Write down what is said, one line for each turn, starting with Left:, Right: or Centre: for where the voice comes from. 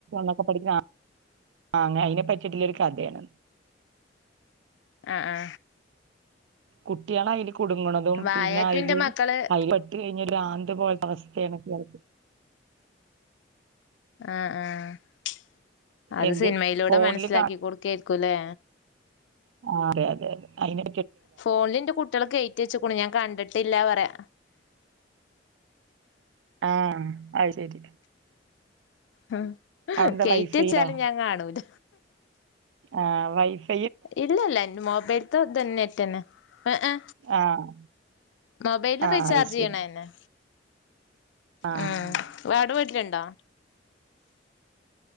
Right: ളൊക്കെ പഠിക്കുന്ന ആ അങ്ങ അയിനെപറ്റിയിട്ട്ള്ളൊരു കഥയാണ്
Left: അ ആ
Right: കുട്ടികള് അയിൽ കുടുങ്ങണതും
Left: വാഴാറ്റു
Right: പിന്നെ അയില്
Left: ഇന്റെ മക്കള്
Right: പെട്ട് പിന്നെ ഭ്രാന്ത് പോലെത്തെ അവസ്ഥയാണ് പിള്ളാർക്ക്
Left: അ ആ അത്
Right: എന്ത്
Left: സിനിമയിലൂടെ
Right: ഫോണില്
Left: മനസ്സിലാക്കി കൊടുക്കായിരിക്കുംല്ലേ
Right: ആ അതെ അതെ അതെ അയിന്
Left: ഫോണില് ന്റെ കുട്ട്യോള് കേറ്റി വെച്ചെക്ക് ഞാൻ കണ്ടിട്ടില്ലാപറയാ
Right: ആ അത് ശരി
Left: മ്
Right: അവിടെന്താ
Left: കേറ്റി
Right: വൈഫൈ
Left: വെച്ചാലും
Right: ഉണ്ടോ
Left: ഞാൻ കാണൂല
Right: ആ വൈഫ്
Left: ഇല്ല ഇല്ല ൻ മൊബൈൽത്തെ നെറ്റ് തന്നെ ഏ ഏ
Right: ആഹ്
Left: മൊബെല്
Right: ആഹ്
Left: റീചാർജ്
Right: അത് ശരി
Left: ചെയ്യണെന്നെ
Right: ആഹ്
Left: ഉം വാട് വീട്ടില്ണ്ടോ